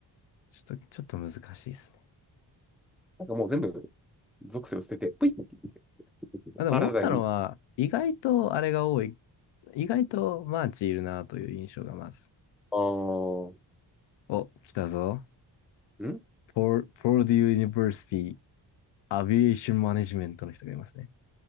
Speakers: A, on the left (about 70°); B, in the centre.
A: ちょっと、ちょっと難しいですね。
B: なんかもう全部属性を捨てて、ぷいって言っ
A: あ、でも思ったのは、
B: て、新たに、
A: 意外とあれが多い。意外とマーチいるなという印象がまず。
B: あー、
A: お、来たぞ。
B: ん
A: ポーデュー・ユニバーシティ・アビエーション・マネジメントの人がいますね。